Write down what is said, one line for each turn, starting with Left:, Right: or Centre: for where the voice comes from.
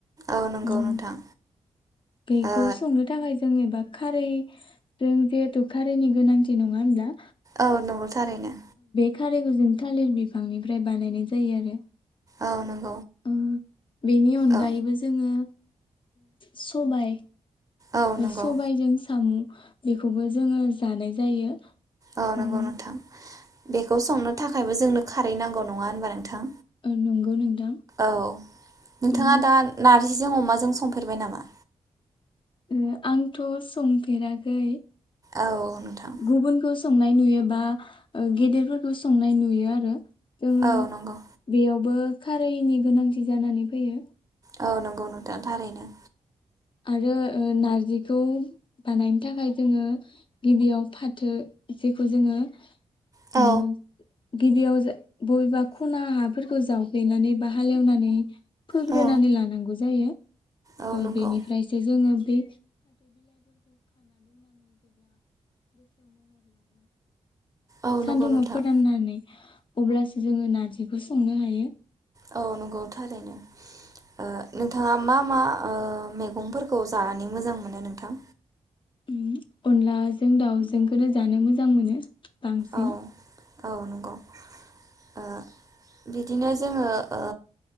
Right: औ नंगौ
Left: उम
Right: नोंथां।
Left: बेखौ
Right: ओ
Left: संनो थाखाय जोङो एबा खारै जों जिहेथु खारैनि गोनांथि नङा होमब्ला।
Right: औ नंगौ थारैनो।
Left: खारैखौ जों थालिर बिफांनिफ्राय बानायनाय जायो आरो
Right: औ नंगौ।
Left: ओ बेनि अनगायैबो
Right: औ
Left: जोङो। सबाय
Right: औ नंगौ
Left: सबायजों साम' बेखौबो जोङो जानाय जायो।
Right: औ नंगौ
Left: उम
Right: नोंथां बेखौ संनो थाखायबो जोंनो खारै नांगौ नङा होनबा नोंथां?
Left: ओ, नंगौ नोंथां
Right: औ नोंथाङा
Left: उम
Right: दा नारजिजों अमाजों जों संफेरबाय नामा
Left: ओ आंथ' संफेराखै।
Right: औ नोंथां
Left: गुबुनखौ संनाय नुयो बा ओ गेदेरफोरखौ संनाय नुयो आरो। जोङो
Right: औ नंगौ
Left: बेयाव बो खारैनि गोनांथि जानानै फैयो।
Right: औ नंगौ नोंथां थारैनो।
Left: आरो ओ नारजिखौ बानायनो थाखाय जोङो गिदिरयाव फाथो जेखौ जोङो
Right: औ
Left: उम गिबियाव बबेबा ख'ना हाफोरखौ खौ जावफेनानै बा हालेवनानै फोग्रोनानै
Right: औ
Left: लानांगौ जायो।
Right: औ
Left: ओ,
Right: नंगौ।
Left: बेनिफ्रायसो जोङो बे
Right: औ
Left: सानदुङाव
Right: नंगौ नोंथां
Left: फोराननानै अब्लासो जोङो नार्जिखौ संनो हायो।
Right: औ नंगौ थारैनो। ओ नोंथाङा मा मा ओ मैगंफोरखौ जानानै मोजां मोनो? नोंथां
Left: उम अनलाजों दाउजोंखौनो जानो मोजां मोनो बांसिन
Right: औ औ नंगौ ओ बिदिनो जोङो ओ